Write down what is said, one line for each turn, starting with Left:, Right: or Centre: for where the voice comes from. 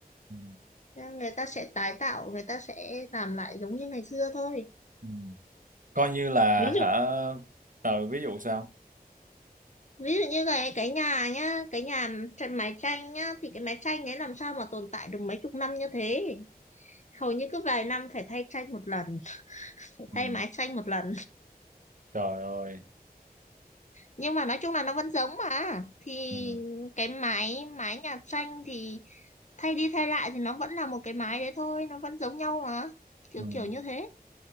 Right: Ừ.
Left: Nên người ta sẽ tái tạo người ta sẽ làm lại giống như ngày xưa thôi
Right: Ừ. Coi như là
Left: ví
Right: hả
Left: dụ
Right: ờ, ví dụ sao?
Left: ví dụ như cái cái nhà nhá cái nhà tranh mái tranh nhá thì cái mái tranh ấy làm sao mà tồn tại được mấy chục năm như thế hầu như cứ vài năm phải thay tranh một lần phải
Right: Ừ.
Left: thay mái tranh một lần
Right: Trời ơi
Left: nhưng mà nói chung là nó vẫn giống mà thì
Right: Ừ.
Left: cái máy máy nhà tranh thì thay đi thay lại thì nó vẫn là một cái máy đấy thôi nó vẫn giống nhau mà kiểu
Right: Ừ.
Left: kiểu như thế